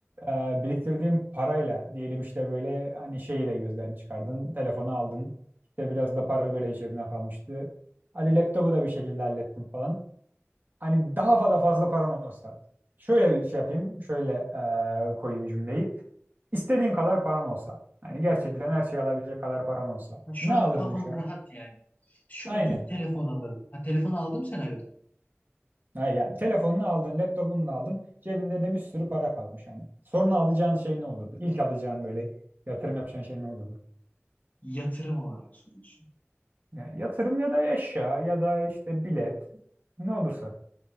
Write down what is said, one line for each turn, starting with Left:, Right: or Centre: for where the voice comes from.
Right: e, biriktirdiğin parayla diyelim işte böyle hani şeyi de gözden çıkardın. Telefonu aldın. İşte biraz da para böyle cebine kalmıştı. Hadi laptopu da bir şekilde hallettin falan. Hani daha fazla fazla paran olsa. Şöyle şey yapayım, şöyle e, koyayım cümleyi. İstediğin kadar paran olsa. Hani gerçekten her şeyi alabilecek kadar paran olsa.
Left: Ha, şu
Right: Ne
Left: an
Right: alırdın
Left: kafam
Right: şu an?
Left: rahat yani. Şu
Right: Aynen.
Left: an ilk telefon alırdım. Ha, telefon aldığım senaryoda. mı?
Right: Ha yani telefonunu aldın, laptopunu da aldın. Cebinde de bir sürü para kalmış. Yani sonra alacağın şey ne olurdu? İlk alacağın böyle yatırım yapacağın şey ne olurdu?
Left: Yatırım olarak soruyorsun.
Right: Yani yatırım ya da eşya ya da işte bilet ne olursa.